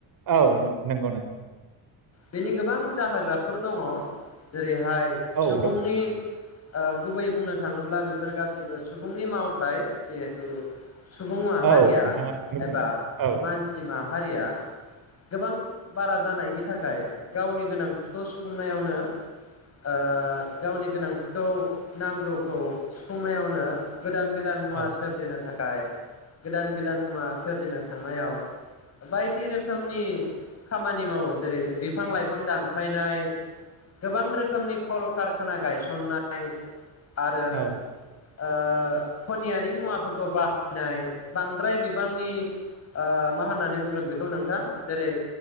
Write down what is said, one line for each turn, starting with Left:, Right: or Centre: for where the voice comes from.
Right: औ नंगौ - नंगौ ।
Left: बेनि गोबां जाहोग्राफोर दङ जेरै नाथाय
Right: औ
Left: सुबुंनि
Right: दङ
Left: ओ गुबैयै बुंनो थाङोब्ला बेफोर गासिबो सु सुबुंनि मावथाय जिहेथु सुबुं माहारिया
Right: औ नोंथाङा बेखौनो बुंदों
Left: एबा
Right: औ
Left: मानसि माहा हारिया गोबां बारा जानायनि थाखाय गावनि गोनांथिखौ सुफुंनायावनो ओ गावनि गोनांथिखौ नांगौखौ सुफुंनायावनो गोदान गोदान मुवा
Right: औ
Left: सोरजिनो थाख थाखाय गोदान गोदान मुवा सोरजिनो थांनायाव बायदि रोखोमनि खामानि मावो जेरै बिफां लाइफां दानफायनाय, गोबां रोखोमनि खल कारखाना गायसननाय । आरो
Right: औ
Left: ओ खनियारि मुवाफोरखौ बाहायनाय, बांद्राय बिबांनि ओ मा होननानै बुंगोन बेखौ नोंथां? जेरै